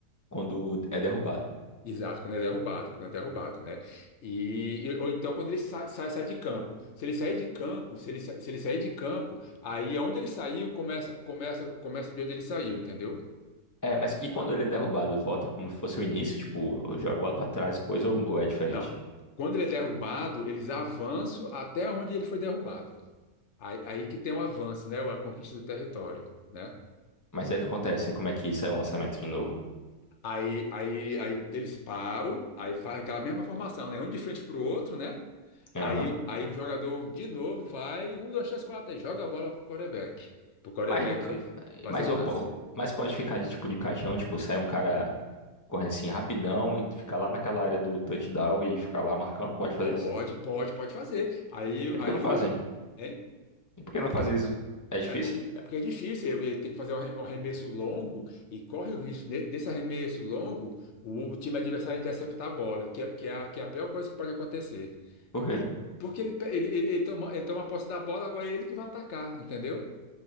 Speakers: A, on the left; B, on the left.
A: quando é derrubado.
B: Exato, quando é derrubado, quando é derrubado, né? E, e- ou então quando ele sai, sai, sai de campo. Se ele sair de campo, se ele, sa- se ele sair de campo, aí é onde ele saiu começa, começa, começa de onde ele saiu, entendeu?
A: É, mas e quando ele é derrubado? Volta como se fosse o início? Tipo, joga a bola pra trás e coisa ou, ou é diferente?
B: Não. Quando ele é derrubado, eles avançam até onde ele foi derrubado. Aí, aí que tem o avanço, né? A conquista do território, né?
A: Mas aí o que acontece? É como é que sai o lançamento de novo?
B: Aí, aí, aí eles param, aí faz aquela mesma formação, né? Um de frente pro outro, né?
A: Ah,
B: Aí, aí o jogador de novo vai, um, dois, três, quatro, aí joga a bola pro quarterback, pro quarterback
A: mas, no, ca-
B: fazer
A: mas,
B: o
A: eu,
B: lance.
A: po- mas pode ficar de tipo de caixão, tipo, sai um cara correndo assim rapidão e ficar lá naquela área do touchdown e ficar lá marcando? Pode fazer
B: Pode,
A: isso?
B: pode, pode fazer. Aí,
A: E
B: aí
A: por que não fazem?
B: o. hein?
A: E por que
B: É
A: não
B: porque,
A: fazer isso? É difícil?
B: é porque, é porque é difícil, ele ele tem que fazer um arre- um arremesso longo e corre o risco ne- desse arremesso longo o time adversário interceptar a bola, que, é- que, é a, que é a pior coisa que pode acontecer.
A: Por quê?
B: Ele, porque ele, ele, ele, ele toma, ele toma posse da bola, agora é ele que vai atacar, entendeu?